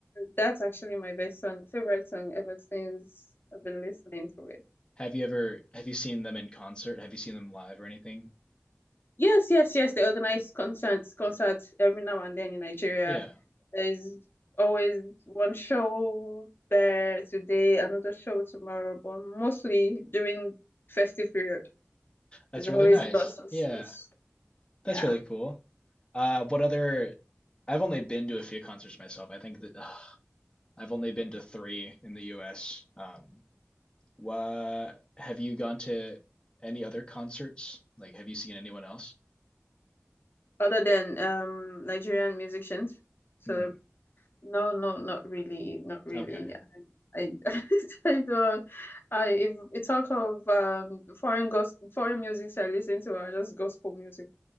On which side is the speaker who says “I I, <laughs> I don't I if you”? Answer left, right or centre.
Left